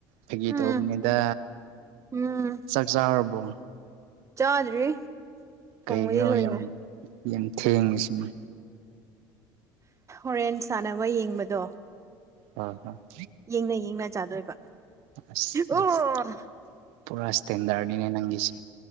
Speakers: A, on the right; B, on the right.
A: ꯐꯩꯒꯤ
B: ꯎꯝ
A: ꯇꯧꯕꯅꯤꯗ
B: ꯎꯝ
A: ꯆꯥꯛ ꯆꯥꯔꯕꯣ
B: ꯆꯥꯗ꯭ꯔꯤ ꯊꯣꯡꯕꯗꯤ
A: ꯀꯩꯒꯤꯅꯣ
B: ꯂꯣꯏꯔꯦ
A: ꯌꯥꯝ ꯌꯥꯝ ꯊꯦꯡꯉꯤꯁꯤꯅ
B: ꯍꯣꯔꯦꯟ ꯁꯥꯟꯅꯕ ꯌꯦꯡꯕꯗꯣ
A: ꯍꯣꯏ ꯍꯣꯏ
B: ꯌꯦꯡꯅ ꯌꯦꯡꯅ ꯆꯥꯗꯣꯏꯕ
A: ꯑꯁ
B: ꯑꯣ
A: ꯑꯁ ꯄꯨꯔꯥ ꯁꯇꯦꯟꯗꯔꯅꯦ ꯅꯪꯒꯤꯁꯦ